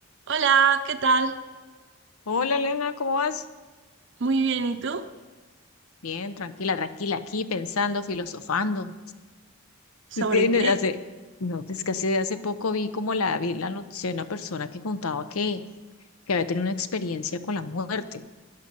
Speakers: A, on the right; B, on the left.
A: Hola, ¿qué tal?
B: Hola Elena, ¿cómo vas?
A: Muy bien, ¿y tú?
B: Bien, tranquila, tranquila, aquí pensando, filosofando.
A: ¿Sobre
B: Es que
A: qué?
B: ne- hace, no, es que hace, hace poco vi como la, vi la noticia de una persona que contaba que, que había tenido una experiencia con la muerte.